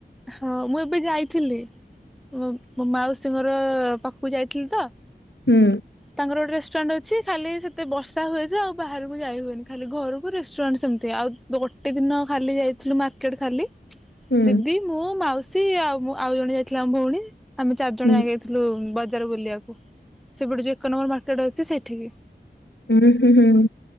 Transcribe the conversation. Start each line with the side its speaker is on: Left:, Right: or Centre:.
Centre: ହଁ ମୁଁ ଏବେ ଯାଇଥିଲି। ମ୍ ମୋ ମାଉସୀ ଘର ପାଖକୁ ଯାଇଥିଲି ତ।
Left: ହୁଁ
Centre: ତାଙ୍କର ଗୋଟେ ରେଷ୍ଟୁରାଣ୍ଟ ଅଛି ଖାଲି ସେତେ ବର୍ଷା ହୁଏଯେ ଆଉ ବାହାରକୁ ଯାଇ ହୁଏନି। ଖାଲି ଘରକୁ ରେଷ୍ଟୁରାଣ୍ଟ ସେ ନ୍ତି ଆଉ ଗୋଟେ ଦିନ ଖାଲି ଯାଇଥିଲୁ ମାର୍କେଟ ଖାଲି।
Left: ହୁଁ
Centre: ଦିଦି ମୁଁ ମାଉସୀ ଆଉ ମ୍ ଆଉ ଜଣେ ଯାଇଥିଲା ଆମ ଭଉଣୀ। ଆମେ ଚାରି ଜଣ
Left: ହୁଁ
Centre: ଯାକ ଯାଇଥିଲୁ ବଜାର ବୁଲିବାକୁ। ସେପଟେ ଯ ଏକନମ୍ୱର ମାର୍କେଟ ଅଛି ସେଠିକି।
Left: ହଁ ହୁଁ ହୁଁ।